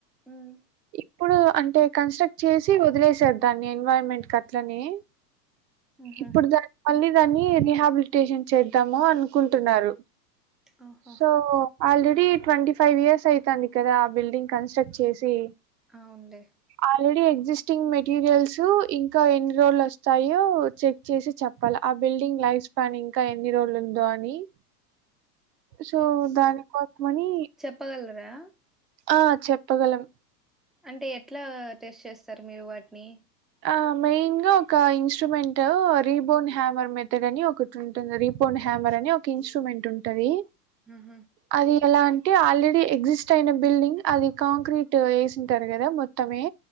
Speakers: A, in the centre; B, on the right (about 75°).
A: ఉమ్
B: ఇప్పుడు అంటే కన్స్ట్రక్ట్ చేసి వదిలేసార్ దాన్ని ఎన్వైరాన్మెంట్ కట్లనె
A: ఉహు
B: ఇప్పుడు దాన్ని మళ్ళీ దాన్ని రీహాబిలిటేషన్ చేద్దాము అనుకుంటున్నారు
A: ఆహా
B: so already twenty five years అవుతాంది కదా ఆ బిల్డింగ్ కన్స్ట్రక్ట్ చేసి
A: అవున్లే
B: ఆల్రెడీ ఎగ్జిస్టింగ్ మెటీరియల్స్ ఇంకా ఎన్ని రోలు వస్తాయి య్యో చెక్ చేసి చెప్పాలి ఆ బిల్డింగ్ లైఫ్ స్పాన్ ఇంకా ఎన్ని రోజులు ఉందో అని సో దాని కొసమని
A: ప్పగలరా
B: ఆ చెప్పగలం
A: అంటే ఎట్లా టెస్ట్ చేస్తారు మీరు వాటిని
B: ఆ మెయిన్ గా ఒక ఇన్స్ట్రుమెంట్ రీబోన్ హ్యామర్ మెథడ్ అని ఒక ఉంటుంది రిపోడ్ హ్యామర్ అని ఒక ఇన్స్ట్రుమెంట్ ఉంటది
A: మ్ హూ
B: అది ఎలా అంటే ఆల్రెడీ ఎగ్జిస్ట్ అయిన బిల్డింగ్ అది కాంక్రీట్ వేసింటారు కదా మొత్తమే